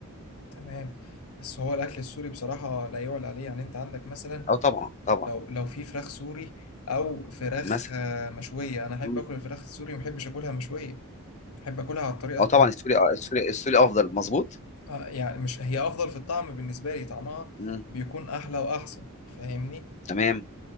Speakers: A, on the left (about 80°); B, on the left (about 30°).
A: تمام بس هو الاكل السوري بصراحة لا يعلى عليه يعني انت عندك مثلا
B: اه طبعا طبعا
A: لو لو في فراخ سوري او فراخ
B: مثلا
A: آه، مشوية انا احب
B: مم.
A: اكل الفراخ السوري ما احبش اكلها مشوية احب اكلها على الطريقة
B: اه طبعا
A: ما-
B: السوري آه، السوري السوري افضل مظبوط
A: آه، يعني مش هي افضل في الطعم بالنسبة لي طعمها
B: مم.
A: بيكون احلى واحسن فاهمني
B: تمام